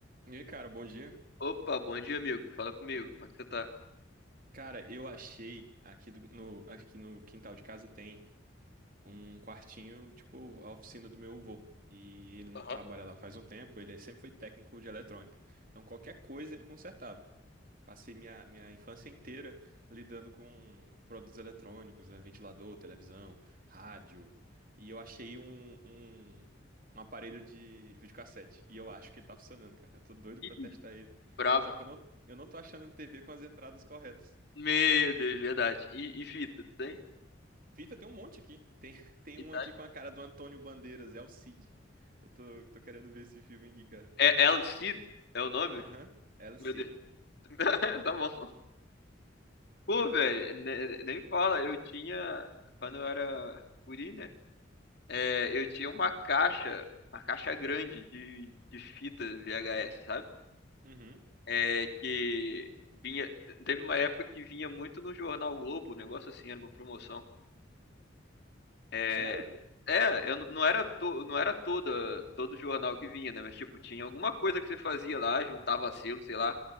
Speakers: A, on the right; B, on the left.
A: E aí, cara, bom dia.
B: Opa, bom dia, amigo. Fala comigo. Como é que você tá?
A: Cara, eu achei aqui do- no, aqui no quintal de casa tem um quartinho, tipo, a oficina do meu avô. E ele não
B: Aham.
A: trabalha lá faz um tempo, ele sempre foi técnico de eletrônica. Então qualquer coisa ele consertava. Passei minha, minha infância inteira lidando com produtos eletrônicos, eh, ventilador, televisão, rádio. E eu achei um, um, um aparelho de videocassete. E eu acho que ele tá funcionando, cara. Eu tô doido
B: Ih,
A: pra testar ele.
B: brabo.
A: Só que eu não, eu não tô achando TV com as entradas corretas.
B: Meu Deus, verdade. E, e fita, tu tem?
A: Fita, tem um monte aqui. Tem, <laughs> tem
B: Itália.
A: um aqui com a cara do Antônio Bandeiras, é o Cid. Eu tô, tô querendo ver esse filme aqui, cara.
B: É El Cid? É o nome?
A: Aham, El Cid.
B: Meu Deus. <laughs> Tá bom. Pô, velho, ne- nem fala. Eu tinha, quando eu era guri, né? É, eu tinha uma caixa, uma caixa grande de, de fita VHS, sabe?
A: Uhum.
B: É, que vinha. Teve uma época que vinha muito no Jornal Globo, um negócio assim, era uma promoção. É,
A: Sério?
B: é, eu n- não era to- não era toda todo jornal que vinha, né? Mas tipo, tinha alguma coisa que você fazia lá, juntava selo, sei lá,